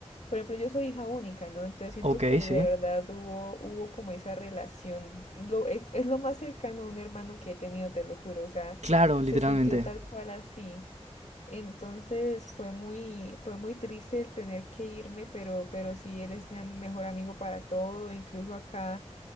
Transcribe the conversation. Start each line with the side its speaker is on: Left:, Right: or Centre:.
Left: por ejemplo, yo soy hija única, ¿no? Entonces siento
Right: Ok,
Left: que
Right: sí.
Left: de verdad hubo, hubo como esa relación. Lo, es, es lo más cercano a un hermano que he tenido, te lo juro. O sea,
Right: Claro, literalmente.
Left: se sintió tal cual así. Entonces fue muy, fue muy triste el tener que irme, pero, pero sí, él es mi mejor amigo para todo. Incluso acá